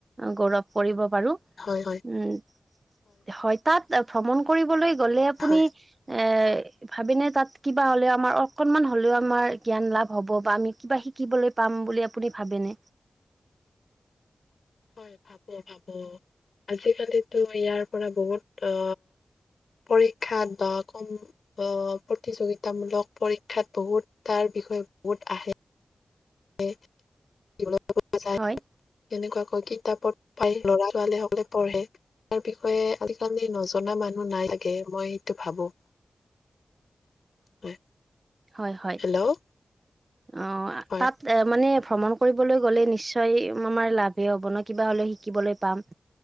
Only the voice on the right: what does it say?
গৌৰৱ কৰিব পাৰো।
উম, হয়, তাত ভ্ৰমণ কৰিবলৈ গ'লে আপুনি
এ ভাবে নে, তাত কিবা আমাৰ অকনমান হ'লেও আমাৰ জ্ঞান লাভ বা আমি কিবা শিকিবলৈ পাম বুলি আপুনি ভাবেনে?
হয়।
হয়, হয়,
অ,
তাত মানে ভ্ৰমণ কৰিবলৈ গ'লে নিশ্চয় নিশ্চয় আমাৰ লাভেই হ'ব ন, কিবা হ'লে শিকিবলৈ পাম।